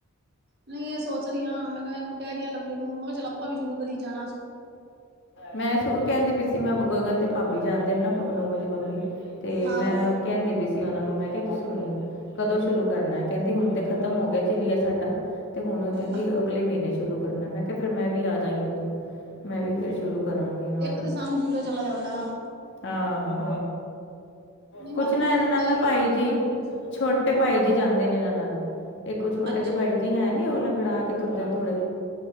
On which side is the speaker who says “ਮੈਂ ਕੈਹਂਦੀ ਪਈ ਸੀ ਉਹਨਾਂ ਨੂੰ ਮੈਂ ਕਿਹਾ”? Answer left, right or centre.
Left